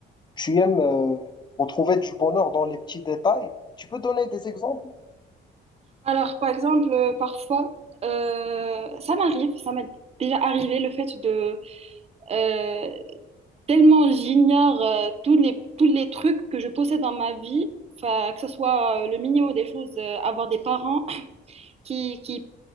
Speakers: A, on the left; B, on the right.
A: tu aimes euh, retrouver du bonheur dans les petits détails. Tu peux donner des exemples?
B: Alors, par exemple, euh, parfois, euh, ça m'arrive, ça m'est déjà arrivé le fait de, euh, tellement j'ignore euh, tous les, tous les trucs que je possède dans ma vie, enfin, que ce soit euh, le minimum des choses, euh, avoir des parents <laughs> qui, qui,